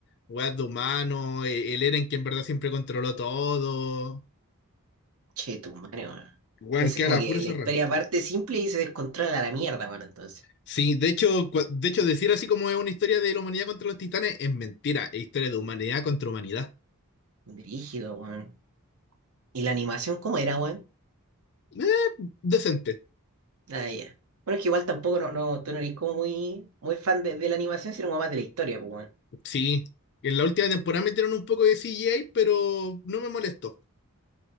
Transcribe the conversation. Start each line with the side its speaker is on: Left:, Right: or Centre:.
Left: weas de humanos, el, el Eren que en verdad siempre controló todo.
Right: Che, tu madre, weón.
Left: Weón,
Right: Entonces,
Left: queda
Right: como
Left: la
Right: que
Left: pura zorra.
Right: la historia parte simple y se descontrola a la mierda, weón, entonces.
Left: Sí, de hecho, cua- de hecho, decir así como es una historia de la humanidad contra los titanes es mentira, es historia de humanidad contra humanidad.
Right: Brígido, weón. ¿Y la animación cómo era, weón?
Left: Eh, decente,
Right: Ah, ya. Bueno, es que igual tampoco no, no, tú no eres como muy, muy fan de, de la animación, sino como más de la historia, pues, weón.
Left: sí. En la última temporada metieron un poco de CGI, pero no me molestó.